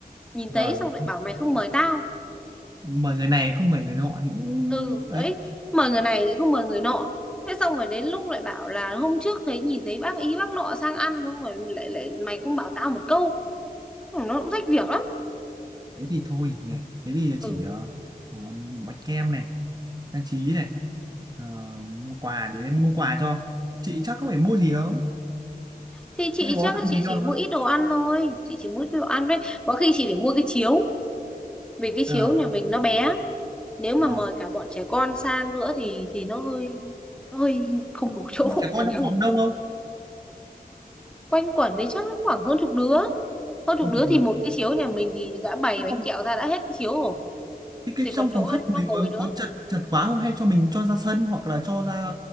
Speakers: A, in the centre; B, on the right (about 25°).
A: nhìn
B: vâng
A: thấy xong lại bảo mày không mời tao
B: mời người này không mời người nọ thì cũng
A: ừ
B: ấy
A: đấy mời người này thì không mời người nọ thế xong rồi đến lúc lại bảo là hôm trước thấy nhìn thấy bác ý bác nọ sang ăn xong rồi lại lại mày không bảo tao một câu Ừ, nó cũng rách việc lắm
B: thế thì thôi nhỉ thế thì
A: ừ.
B: chỉ ờ, ờ, bánh kem này trang trí này ờ, mua quà để em mua quà cho chị chắc không phải mua gì không
A: thì chị
B: thế có
A: chắc
B: tặng
A: là chị
B: gì
A: chỉ
B: cho không
A: mua ít đồ ăn thôi chị chỉ mua ít đồ ăn đấy có khi chị phải mua cái chiếu vì cái chiếu
B: ờ
A: nhà mình nó bé nếu mà
B: vâng
A: mời cả bọn trẻ con sang nữa thì thì nó hơi nó hơi không đủ chỗ
B: bộ trẻ con
A: chẳng
B: trong
A: nhẽ
B: xóm đông không
A: quanh quẩn đấy chắc nó khoảng hơn chục đứa hơn chục
B: hơn
A: đứa
B: chục
A: thì
B: đứa
A: một cái chiếu nhà mình thì đã bày
B: Thế
A: bánh
B: không
A: kẹo ra đã hết cái chiếu rồi
B: Thế cái
A: thì
B: trong
A: còn
B: phòng
A: chỗ
B: khách
A: cho nó
B: mình
A: ngồi
B: có,
A: nữa
B: có chật chật quá không hay cho mình cho ra sân hoặc là cho ra